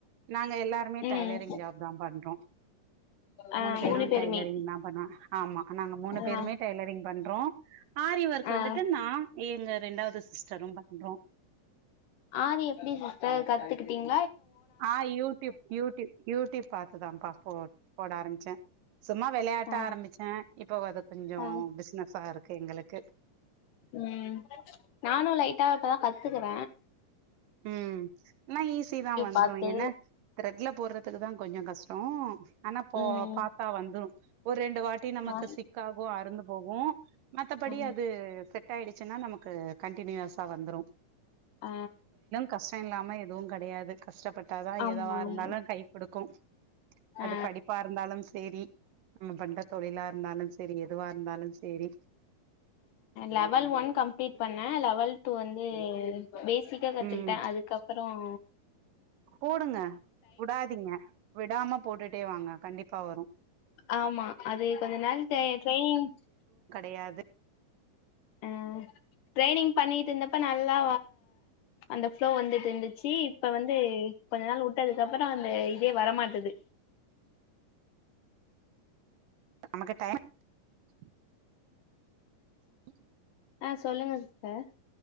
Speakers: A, on the right; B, on the left.
A: நாங்க எல்லாருமே டைலரிங்
B: ம்
A: ஜாப்தா பண்றோ
B: ஆ
A: மூணு பேரு
B: பேருமே
A: டைலரிங்தா பண்ணா ஆமா நாங்க மூணு பேருமே
B: ஆ
A: டைலரிங் பண்றோ ஆரி ஒர்க் வந்துட்டு
B: ஆ
A: நா எங்க ரெண்டாவது சிஸ்டரும் பண்றோ
B: ஆரி எப்பிடி சிஸ்டர் கத்துக்கிட்டிங்
A: ஆ யூடியுப் யூடியுப் யூடிப் பாத்துதாம்ப்பா போ போட ஆரம்பிச்ச சும்மா வெளையாட்டா
B: ஆ
A: ஆரம்பிச்ச இப்போ அது கொஞ்சோ
B: ஆ
A: பிசுனஸா இருக்கு எங்களுக்கு
B: ம் நானு லைட்டா இப்பதா கத்துக்குற
A: ம் என்னா ஈஸிதா வந்துரு
B: பாத்து
A: என்ன த்ரெட்ல போடுறதுக்குதா கொஞ்ச கஷ்டோ ஆனா போ
B: ம்
A: பாத்தா வந்துரு ஒரு ரெண்டு வாட்டி நமக்கு
B: ஆ
A: சிக்காகு அறுந்து போகு மத்தபடி
B: ம்
A: அது செட் ஆயிடுச்சுனா நமக்கு கண்டினியூயஸா வந்துரு
B: ஆ
A: கஷ்ட இல்லாம எதுவு கெடையாது கஷ்டப்பட் டாதா
B: ஆமா
A: எதவா
B: ஆமா
A: இருந்தாலு கை குடுக் கு
B: ஆ
A: அது படிப்பா இருந்தாலும் செரி நம்ம பண்ற தொழில இருந்தாலும் செரி எதுவா இருந்தாலு சேரி
B: லெவல் ஒன் கம்ப்ளீட் பண்ண லெவல் டு வந்து பேசிக்கா கத்துக்கிட்ட
A: ம்
B: அதுக்கப்பற தா
A: போடுங்க விடாதிங்க விடாம போட்டுட்டே வாங்க கண்டிப்பா வரு
B: ஆமா அது கொஞ்ச நாள் டெ ட்ரைனிங்
A: இது யாருது
B: ம் ட்ரரைனிங் பண்ணிட்டு இருந்தப்ப நல்லா அந்த ப்ளோ வந்துட்டு இருந்துச்சு இப்ப வந்து கொஞ்ச நாள் வுட்டதுக்கு அப்புறம் அந்த இதே வரமாட்டது
A: <unintelligible> <inaudible>
B: ஆ சொல்லுங்க சார்